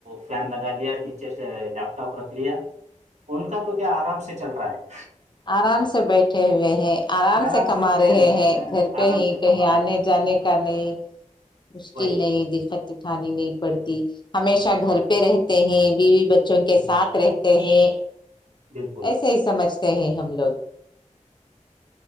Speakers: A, on the right (about 60°); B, on the left (about 35°).
A: فین لگا لیا نیچے سے لیپ ٹاپ رکھ لیا ان کا تو کیا آرام سے چل رہا ہے
B: آرام سے بیٹھے ہوئے ہیں
A: ہے
B: آرام سے کما
A: بیٹھے
B: رہے
A: ہوئے
B: ہیں گھر پہ
A: آرام
B: ہی
A: سے
B: کہیں
A: کما رہے
B: آنے
A: ہیں
B: جانے کا نہیں مشکل
A: وہی
B: نہیں دقت اٹھانی نہیں پڑتی ہمیشہ گھر پہ رہتے ہیں بیوی ب ان کے
A: ہوں،
B: ساتھ رہتے ہیں ہے
A: بالکل
B: ایسے ہی سمجھتے ہیں ہم لوگ